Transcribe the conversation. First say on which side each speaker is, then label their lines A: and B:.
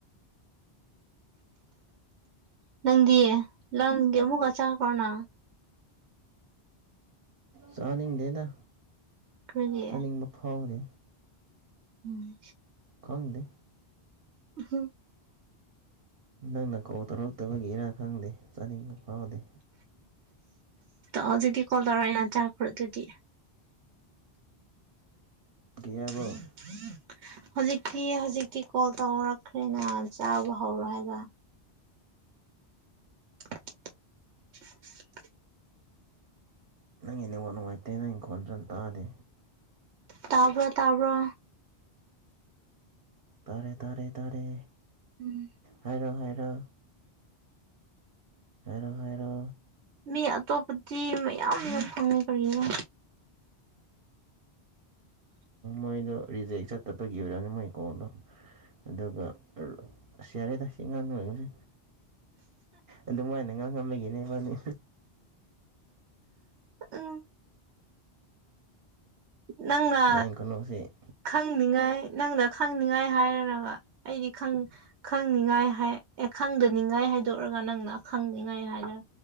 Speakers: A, on the right; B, on the right.
A: ꯅꯪꯗꯤꯌꯦ ꯂꯣꯟꯒꯤ ꯑꯃꯨꯛꯀꯆꯥꯥ ꯀꯅꯥ
B: ꯆꯥꯅꯤꯡꯗꯦꯅ
A: ꯀꯔꯤꯒꯤ
B: ꯆꯥꯅꯤꯡꯕ ꯐꯥꯎꯗꯦ
A: ꯎꯝ
B: ꯈꯪꯅꯦ
A: ꯍꯝ
B: ꯅꯪꯅ ꯀꯧ ꯇꯧꯔꯛꯇꯕꯒꯤ ꯏꯔꯥꯡ ꯈꯪꯗꯦ ꯆꯥꯅꯤꯡꯕ ꯐꯥꯎꯗꯦ
A: ꯍꯧꯖꯤꯗꯤ ꯀꯂꯔ ꯑꯅ ꯆꯥꯄ꯭ꯔꯣꯗꯨꯗꯤ
B: ꯀꯩ ꯍꯥꯏꯕ꯭ꯔꯣ
A: ꯎ ꯍ ꯍꯧꯖꯤꯛꯇꯤ ꯍꯧꯖꯤꯛꯇꯤ ꯀꯣꯜ ꯇꯧꯔꯛꯈ꯭ꯔꯦꯅ ꯆꯥꯕ ꯍꯧꯔꯣ ꯍꯥꯏꯕ <inaudible>
B: ꯍꯅꯤꯡꯋꯥ ꯅꯨꯡꯉꯥꯏꯇꯦꯅ ꯏꯪꯈꯣꯜ ꯐꯅ ꯇꯥꯗꯦ
A: ꯇꯄ ꯇꯕ
B: ꯇꯥꯔꯦ ꯇꯥꯔꯦ ꯇꯥꯔꯦ
A: ꯎꯝ
B: ꯍꯥꯏꯔꯣ ꯍꯥꯏꯔꯣ ꯍꯥꯏꯔꯣ ꯍꯥꯏꯔꯣ
A: ꯃꯤ ꯑꯇꯣꯞꯄꯗꯤ ꯃꯌꯥꯝ ꯌꯥꯝ ꯈꯪꯉꯦ ꯀꯔꯤꯅꯣ
B: ꯃꯣꯏꯗꯣ ꯔꯤꯖꯦꯛ ꯆꯠꯇꯕꯒꯤ ꯑꯣꯏꯔꯛꯅꯤ ꯃꯣꯏ ꯀꯣꯜꯗꯣ ꯑꯗꯨꯒ ꯁꯤꯌꯥꯔꯦꯗꯁꯤ ꯏ ꯉꯥꯡꯉꯁꯦ ꯑꯗꯨꯃꯥꯏꯅ ꯉꯥꯡ ꯉꯝꯃꯒꯤꯅꯦ ꯃꯥꯅꯤ
A: ꯎꯝ ꯅꯪꯅ
B: ꯅꯪ ꯀꯩꯅꯣꯁꯦ
A: ꯈꯪꯅꯤꯉꯥꯏ ꯅꯪꯅ ꯈꯪꯅꯤꯡꯉꯥꯏ ꯍꯥꯏꯔꯒ ꯑꯩꯗꯤ ꯈꯪꯅꯤꯡꯉꯥꯏ ꯍꯥꯏ ꯑꯦ ꯈꯪꯗꯅꯤꯡꯉꯥꯏ ꯍꯥꯏꯗꯣꯛꯑꯒ ꯅꯪꯅ ꯈꯪꯅꯤꯉꯥꯏ ꯍꯥꯏꯔꯒ